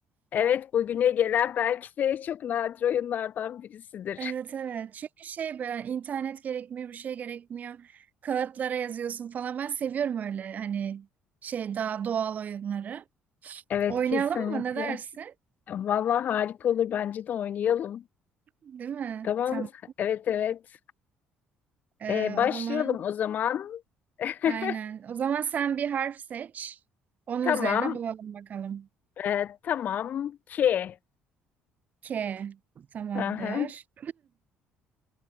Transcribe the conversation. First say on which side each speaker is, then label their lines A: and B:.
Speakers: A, on the left; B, on the right.
A: evet bugüne gelen belki de çok nadir oyunlardan birisidir.
B: Evet evet. Çünkü şey böyle internet gerekmiyor, bir şey gerekmiyor. Kağıtlara yazıyorsun falan. Ben seviyorum öyle hani şey daha doğal oyunları.
A: Evet
B: Oynayalım
A: kesinlikle.
B: mı? Ne dersin?
A: Vallahi harika olur bence de oynayalım.
B: Değil mi?
A: Tamam
B: Tamam.
A: evet evet.
B: Ee,
A: E, başlayalım
B: o zaman
A: o zaman. <laughs>
B: aynen. O zaman sen bir harf seç. Onun
A: Tamam.
B: üzerine bulalım bakalım.
A: E, tamam ki.
B: K. Tamamdır.
A: Aha,